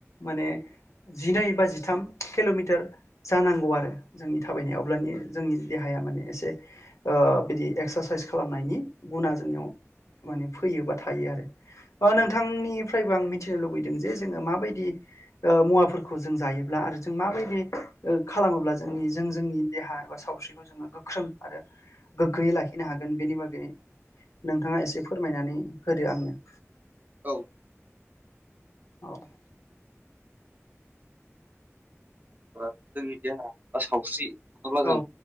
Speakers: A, on the left; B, on the right.
A: माने जिनै बा जिथाम किल'मिटार जानांगौ आरो जोंनि थाबायनाया, अब्लानि जोंनि देहाया माने एसे बिदि एक्सारसाइस खालामनायनि गुना जोंनियाव माने फैयो बा थायो आरो। नोंथांनिफ्रायबो आं मिथिनो लुबैदों जे जोङो माबायदि मुवाफोरखौ जों जायोब्ला आरो जों माबायदि खालामोब्ला जोंनि जों जोंनि देहा एबा सावस्रिखौ जोङो गोख्रों आरो गोग्गोयै लाखिनो हागोन बेनि बागै नोंथाङा एसे फोरमायनानै होदो आंनो।
B: औ।
A: अह।
B: जोंनि देहा बा सावस्रि नङाब्ला
A: औ
B: जों